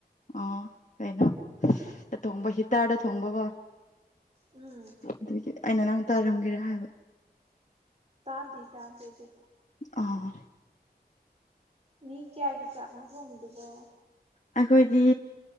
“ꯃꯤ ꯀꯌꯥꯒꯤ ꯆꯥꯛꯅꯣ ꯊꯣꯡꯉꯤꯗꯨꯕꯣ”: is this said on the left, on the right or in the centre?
Right